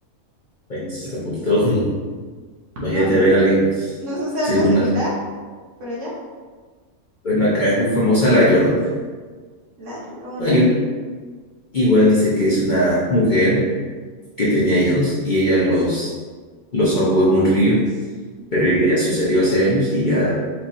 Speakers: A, on the left; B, on the right.
A: bueno, sí está un poquito, <laughs> imagínate
B: No, no,
A: ver a alguien
B: no sucede
A: sin
B: algo
A: una,
B: similar, pero allá,
A: bueno, acá es muy famosa la Llorona.
B: la llorona.
A: Bueno, igual dice que es una mujer que tenía hijos y ella los los ahogó en un río, pero ya sucedió hace años y ya